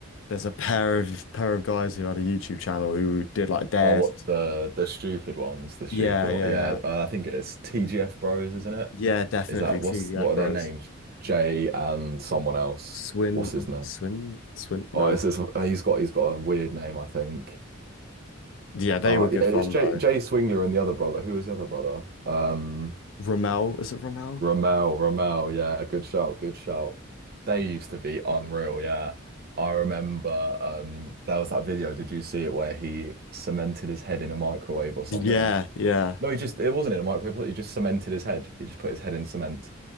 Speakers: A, on the left; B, on the right.
A: there's a pair of pair of guys who had a YouTube channel who did like dares.
B: Oh, what the the stupid ones, the stupid
A: Yeah, yeah,
B: one. Yeah,
A: yeah.
B: uh, I think it's TGF Bros, isn't it?
A: Yeah, definitely
B: Is that what's
A: two Yakros.
B: what are their names? Jay and someone else.
A: Swin,
B: What's his name?
A: Swin, Swin. No,
B: Oh, it's,
A: it's-
B: it's uh, he's got he's got a weird name, I think.
A: yeah, they
B: Uh
A: were good
B: yeah, it's
A: fun
B: Jay
A: though.
B: Jay Swingler and the other brother. Who was the other brother? Um,
A: Rommel, is it Rommel?
B: Ramel, Ramel. Yeah, good shout, good shout. They used to be unreal. Yeah, I remember. Um, there was that video. Did you see it where he cemented his head in a microwave or something?
A: Yeah, yeah.
B: No, he just, it wasn't in a microwave, was it? he just cemented his head. He just put his head in cement